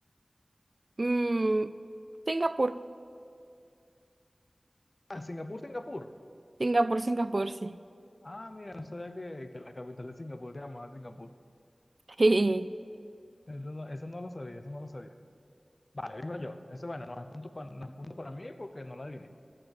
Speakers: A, on the right; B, on the left.
A: Mm, Singapur.
B: Ah, Singapur, Singapur.
A: Singapur, Singapur, sí.
B: Ah, mira, no sabía que, que la capital de Singapur se llamaba Singapur.
A: Sí,
B: Eso no, eso no lo sabía, eso no lo sabía. Vale, vengo yo. Eso, bueno, no es punto para, no es punto para mí porque no la adiviné.